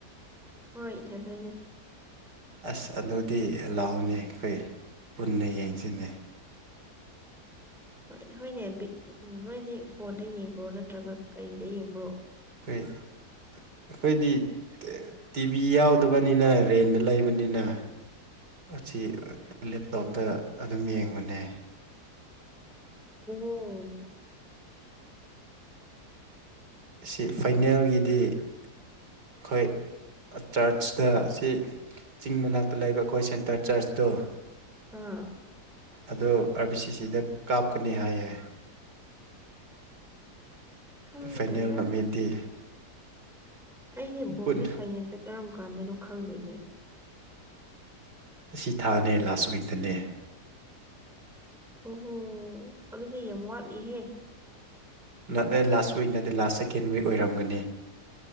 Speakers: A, in the centre; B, on the right.
A: ꯍꯣꯏ ꯏꯊꯟꯗꯅꯦ
B: ꯑꯁ ꯑꯗꯨꯗꯤ ꯂꯥꯎꯅꯤ ꯑꯩꯈꯣꯏ ꯄꯨꯟꯅ ꯌꯦꯡꯁꯤꯅꯦ
A: ꯍꯣꯏ ꯍꯣꯏꯅꯦ ꯕꯤꯠ ꯎꯝ ꯅꯣꯏꯗꯤ ꯐꯣꯟꯗ ꯌꯦꯡꯕ꯭ꯔꯣ ꯅꯠꯇ꯭ꯔꯒ ꯀꯔꯤꯗ ꯌꯦꯡꯕ꯭ꯔꯣ
B: ꯑꯩꯩ ꯑꯩꯈꯣꯏꯗꯤ ꯇꯤꯚꯤ ꯌꯥꯎꯗꯕꯅꯤꯅ ꯔꯦꯟꯗ ꯂꯩꯕꯅꯤꯅ ꯑꯁꯤ ꯂꯦꯞꯇꯣꯞꯇ ꯑꯗꯨꯝ ꯌꯦꯡꯕꯅꯦ
A: <unintelligible>
B: ꯁꯤ ꯐꯥꯏꯅꯦꯜꯒꯤꯗꯤ ꯑꯩꯈꯣꯏ ꯑ ꯆꯔꯆꯇ ꯑꯁꯤ ꯆꯤꯡ ꯃꯅꯥꯛꯇ ꯂꯩꯕ ꯑꯩꯈꯣꯏ ꯁꯦꯟꯇꯔ ꯆꯔꯆꯇꯣ
A: ꯑꯥ
B: ꯑꯗꯣ ꯑꯥꯔ ꯕꯤ ꯁꯤ ꯁꯤꯗ ꯀꯥꯞꯀꯅꯤ ꯍꯥꯏꯌꯦ
A: ꯈꯪꯗ꯭ꯔꯦꯗ
B: ꯐꯥꯏꯅꯦꯜ ꯅꯨꯃꯤꯠꯗꯤ
A: ꯑꯩꯗꯤ ꯕꯣꯛꯖꯦ
B: ꯄꯨꯟ
A: ꯐꯥꯏꯅꯦꯜꯁꯦ ꯀꯔꯝ ꯀꯥꯟꯗꯅꯣ ꯈꯪꯗꯦꯅꯦ
B: ꯁꯤ ꯊꯥꯅꯦ ꯂꯥꯁ ꯋꯤꯛꯇꯅꯦ
A: ꯑꯣꯍꯣ ꯑꯗꯨꯗꯤ ꯌꯥꯝ ꯋꯥꯠꯂꯤꯍꯦ
B: ꯅꯠ ꯂꯦ ꯂꯥꯁ ꯋꯤꯛ ꯅꯠꯇꯦ ꯂꯥꯁ ꯁꯦꯀꯦꯟ ꯋꯤꯛ ꯑꯣꯏꯔꯝꯒꯅꯤ